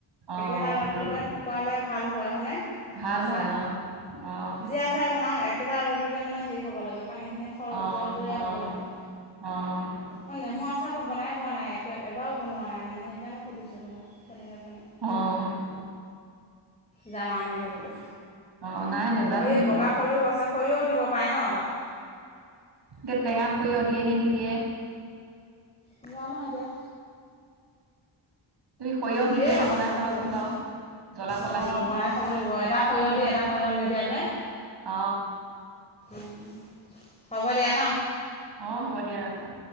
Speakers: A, on the right (about 65°); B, on the left (about 15°).
A: অ'
B: একেটা ৰ'দতে
A: ৰ'দটো
B: শুকুৱালে ভাল হয় হনে
A: ভাল
B: আচাৰ
A: হয় অ'। অ'
B: য আ চাই বনাওঁ একেটা ৰদতে মানে হেৰি হ'ব লাগে পানীখিনি সৰ
A: অ'
B: জৰ জৰীয়া
A: অ'
B: হ'ব লাগে।
A: অ
B: মই নেমু আচাৰটো বনাই পোৱা নাই একে এবাৰো বনোৱা নাই মানে সেইকাৰণে সুধিছোঁ তোমাক কেনেকৈ বনায়?
A: অ
B: জানা নেকি বোলে
A: অ' নাই নেজানো
B: এই
A: সেইটো।
B: বগা সৰিয়হ আছে সৰিয়হ দিব পাৰে ন তাত?
A: তে টেঙাত সৰিয়হ দিয়ে নে নিদিয়ে?
B: নেজানো এতিয়া
A: তুমি সৰিয়হ
B: দিয়ে
A: নিদিয়াকে
B: অকনমান
A: বনাই চাবাচোন
B: হবলা
A: বাৰু। জ্বলা চলা
B: অ
A: দি
B: বনাই চাব লাগিব এটা সৰিয়হ দি এটা সৰিয়হ নিদিয়াকে
A: অ
B: উম হ'ব দিয়া ন।
A: অ হ'ব দিয়া ৰাখা